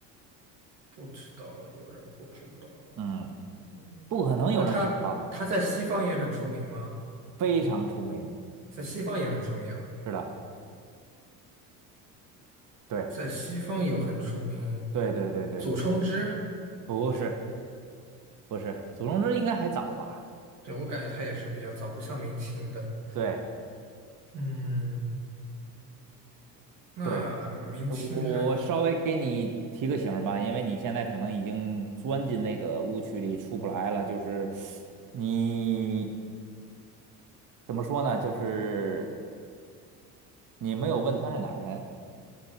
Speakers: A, on the right; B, on the right.
A: 不知道，有人不知道。
B: 嗯，
A: 嗯，嗯那他他在西方也很出名吗？
B: 不可能有人不知道他，非常出名。
A: 在西方也很出名啊
B: 是的，对，
A: 在西方有很出名，
B: 对对对对，
A: 祖冲之。
B: 不是。不是，祖冲之应该还早吧？
A: 对，我感觉他也是比较早，不像明清的。
B: 对，
A: 嗯，那明清还有
B: 对，呃我我稍微给你提个醒儿吧，因为你现在可能已经钻进那个误区里出不来了。就是你怎么说呢？就是你没有问他是哪儿人，